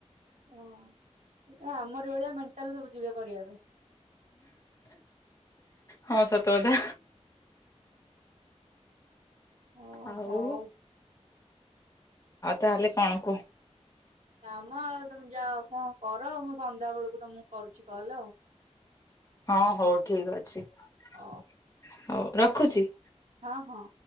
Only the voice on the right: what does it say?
ହଁ ସେଟା ଆମରି ଭଳିଆ ମେଣ୍ଟାଲ ସବୁ ଯିବେ କରିବା ପାଇଁ।
<inaudible>
ହଉ
ନାମ ଆଉ ତମେ ଯାଅ କଣ କର। ମୁଁ ସନ୍ଧ୍ୟା ବେଳକୁ ତମକୁ କରୁଚି କଲ ଆଉ।
ଓ
ହଁ ହଁ।